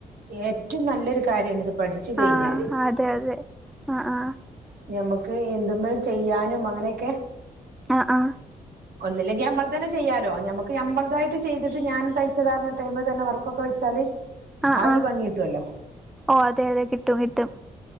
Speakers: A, on the right; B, in the centre.
A: ഏറ്റോം നല്ലൊര് കാര്യമാണ് ഇത് പഠിച്ചു കഴിഞ്ഞാല്
B: ആാ അതെ അതെ ആാ ആാ
A: ഞമ്മക്ക് എന്ത് മെല് ചെയ്യാനും അങ്ങനെയൊക്കെ
B: അഹ് ആഹ്
A: ഒന്നില്ലെങ്കി നമ്മള് തന്നെ ചെയ്യാലോ ഞമ്മക്ക് നമ്മളെതായിട്ട് ചെയ്തിട്ട് ഞാൻ തെയ്ച്ചതാറ്ണ് ഇട്ട് അയ്മെതന്നെ വർക്കൊക്കെ വെച്ചാല്
B: അഹ്
A: ആ
B: ആഹ്
A: ഒരു ഭംഗി കിട്ടുവല്ലോ
B: ഓഹ് അതെ അതെ കിട്ടും കിട്ടും